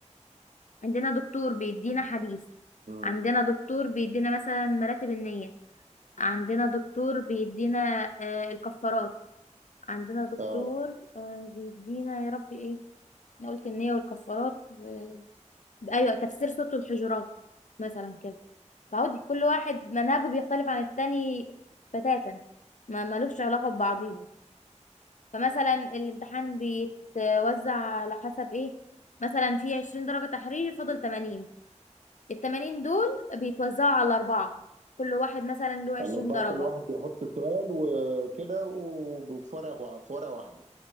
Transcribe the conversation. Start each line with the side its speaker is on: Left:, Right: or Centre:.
Left: عندنا دكتور بيدينا حديث
Right: مم.
Left: عندنا دكتور بيدينا مثلا مراتب النية عندنا دكتور بيدينا آه الكفارات عندنا دكتور
Right: اه
Left: آه بيدينا يا ربي ايه انا قلت النية والكفارات و... ايوه تفسير سورة الحجرات مثلا كده فعودي كل واحد منهجه بيختلف عن التاني بتاتا ما ملوش علاقة ببعضيهم فمثلا الامتحان بيتوزع على حسب ايه مثلا في 20 درجة تحريري فاضل 80 التمانين دول بيتوزعوا على أربعة كل واحد مثلا له عشرين
Right: الأربعة
Left: درجة
Right: كل واحد بيحط سؤال وكده وبفرق فرقة واحدة